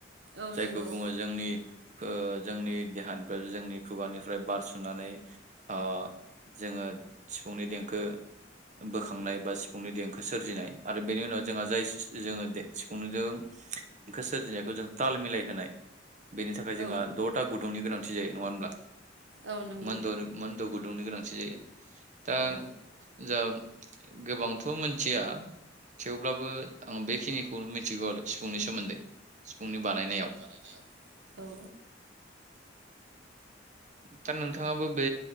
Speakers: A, on the right; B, on the right.
A: औ
B: जायखौ
A: नंगौ
B: बुङो जोंनि ओ जोंनि देहानिफ्राय जोंनि खुगानिफ्राय बारसुनानै ओ जोङो सिफुंनि देंखो बोखांनाय बा सिफुंनि देंखो सोरजिनाय आरो बेनि उनाव जोंहा जाय जोङो जों खो सोरजिनायखौ जों ताल मिलाय होनाय बेनि थाखाय जोंहा
A: औ
B: द'था गुदुंनि गोनांथि जायो नङा होनब्ला?
A: औ नंगौ
B: मोनद' मोनद' गुदुंनि गोनांथि जायो। दा
A: औ
B: जा गोबांथ' मोनथिया थेवब्लाबो आं बेखिनिखौ नो मिथिगौ आरो सिफुंनि सोमोन्दै सिफुंनि बानायनायाव।
A: बानायनायाव औ।
B: <inaudible> दा नोंथाङाबो बे